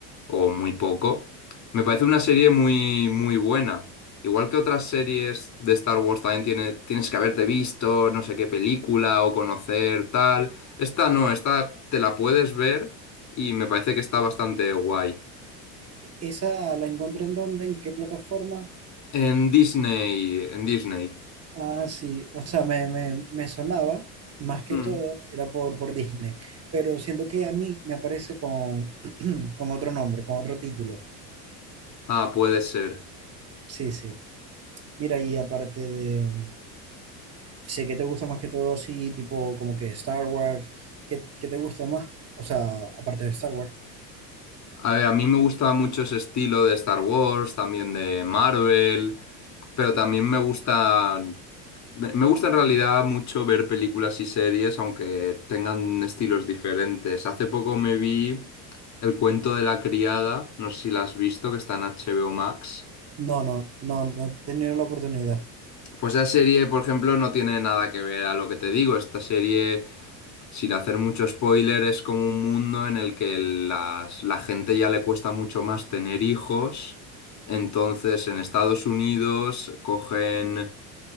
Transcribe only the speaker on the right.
¿Esa la encuentro en dónde? ¿En qué plataforma?
Ah, sí, o sea, me, me, me sonaba, más que
todo, era por, por Disney, pero siento que a mí me aparece con, con otro nombre, con otro título.
Sí, sí. Mira, y aparte de, sé que te gusta más que todo así, tipo como que Star Wars, ¿qué, qué te gusta más? O sea, aparte de Star Wars.
No, no, no, no he tenido la oportunidad.